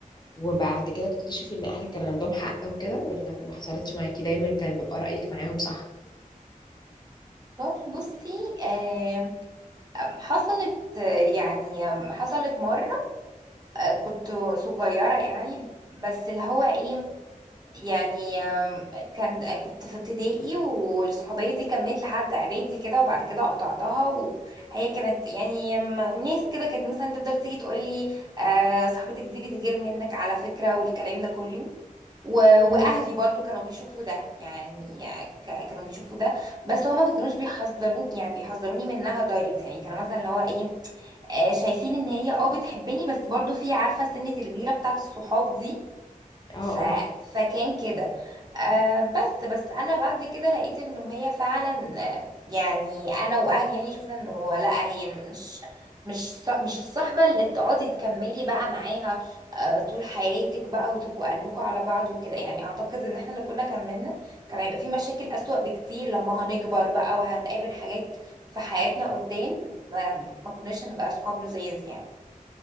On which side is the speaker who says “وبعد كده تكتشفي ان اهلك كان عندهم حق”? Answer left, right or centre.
Left